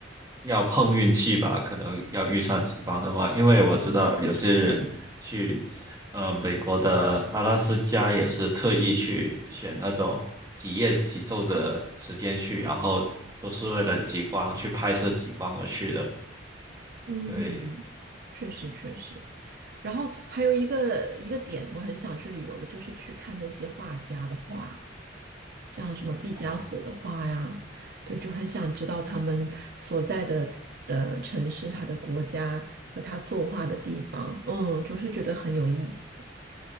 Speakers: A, on the right (about 20°); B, on the right (about 55°).
A: 要碰运气吧，可能要遇上极光的话，因为我知道有些人去呃美国的阿拉斯加也是特意去选那种几夜几昼的时间去，然后都是为了极光去拍摄极光而去的。
B: 嗯，
A: 对，
B: 确实确实，然后还有一个一个点，我很想去旅游的，就是去看那些画家的画，像什么毕加索的画呀，
A: 哦，
B: 对，就很想知道他们所在的呃城市、他的国家和他作画的地方，嗯，就是觉得很有意思。